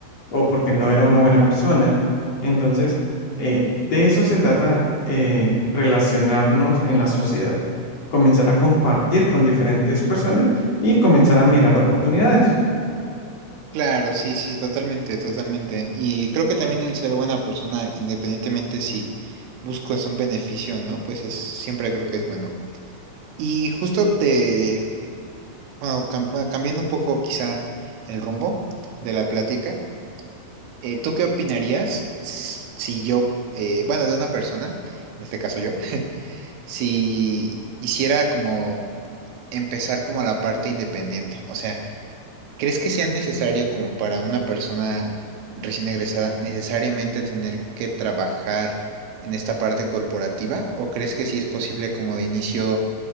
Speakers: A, on the left; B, on the right.
A: o porque no era una buena persona. Entonces, eh, de eso se trata eh, relacionarnos en la sociedad comenzar a compartir con diferentes personas y comenzar a mirar oportunidades.
B: Claro, sí, sí, totalmente, totalmente. Y creo que también el ser buena persona, independientemente si buscas un beneficio o no, pues es, siempre creo que es bueno. Y justo te, bueno, cam- bueno, cambiando un poco quizá el rumbo de la plática, eh, ¿tú qué opinarías s- si yo, eh, bueno, de una persona, en este caso yo, si hiciera como empezar como la parte independiente? O sea, ¿Crees que sea necesario como para una persona recién egresada necesariamente tener que trabajar en esta parte corporativa? ¿O crees que sí es posible como de inicio